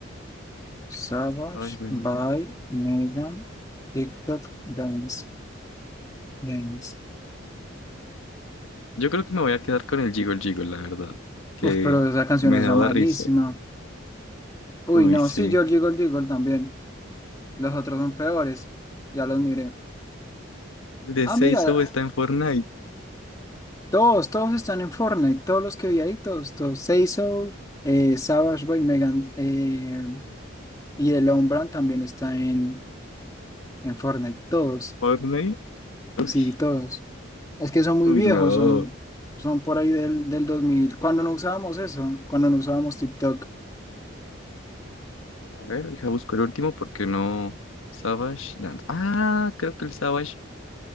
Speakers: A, on the left; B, on the left.
A: Savage
B: Ay, buen
A: by
B: día.
A: Megan. TikTok Dance. Dance.
B: Yo creo que me voy a quedar con el Jiggle Jiggle, la verdad. Que
A: Uf, pero esa canción
B: me
A: es
B: daba
A: malísima.
B: risa.
A: Uy,
B: Uy,
A: no,
B: sí.
A: sí, Georgie Gold Georgie Gold también. Los otros son peores. Ya los miré.
B: El de
A: Ah,
B: Seizo
A: mira,
B: está en Fortnite.
A: todos, todos están en Fortnite. Todos los que vi ahí, todos, todos. Seiso, eh, Savage Boy, Megan eh, y el Lombran también está en, en Fortnite. Todos,
B: Fortnite. Uy,
A: sí, todos. Es que son muy
B: uy,
A: viejos,
B: no.
A: son, son por ahí del, del 2000. Cuando no usábamos eso, cuando no usábamos TikTok.
B: A ver, deja busco el último porque no. Savage Dance. Ah, creo que el Savage.